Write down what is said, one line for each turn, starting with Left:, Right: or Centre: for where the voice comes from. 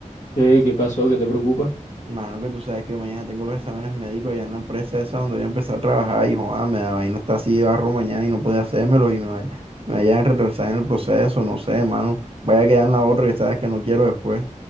Left: Eh, ¿qué pasó? ¿Qué te preocupa?
Right: Mano, que tú sabes que mañana tengo los exámenes médicos allá en la empresa esa donde voy a empezar a trabajar y joder, me da vaina está así de barro mañana y no puede hacérmelos y me vaya, me vayan a retrasar en el proceso, no sé, mano. Vaya a quedar en la otra que sabes que no quiero después.